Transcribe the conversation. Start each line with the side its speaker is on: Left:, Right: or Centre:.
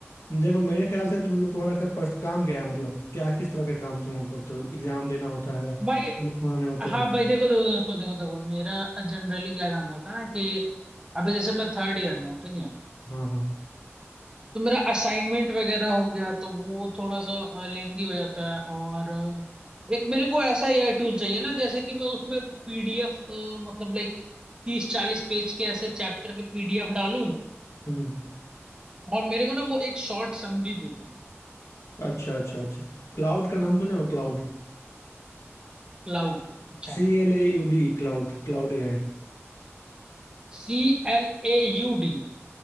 Left: देखो मेरे ख्याल से तो मतलब तुम्हारा क्या पर्स- काम क्या है मतलब क्या किस तरह के काम तुम हमको पढ़ते हो एग्जाम देना होता है
Right: भाई
Left: बनाने होते
Right: हाँ
Left: हैं
Right: भाई देखो देखो देखो देखो देखो मेरा जनरली क्या काम रहता है कि अभी जैसे मैं थर्ड ईयर में हूँ ठीक है
Left: हाँ हाँ
Right: तो मेरा असाइनमेंट वगैरह हो गया तो वो थोड़ा सा लेंदी हो जाता है और अ, एक मेरे को ऐसा एआई टूल चाहिए ना जैसे कि मैं उसमें पीडीएफ मतलब लाइक तीस चालीस पेज के ऐसे चैप्टर के पीडीएफ डालूं
Left: हम्म
Right: और मेरे को ना वो एक शॉर्ट समरी दे दी
Left: अच्छा अच्छा अच्छा क्लाउड का नाम सुने हो Claude
Right: क्लाउड अच्छा
Left: C L A U D Claude Claude A I
Right: C L A U D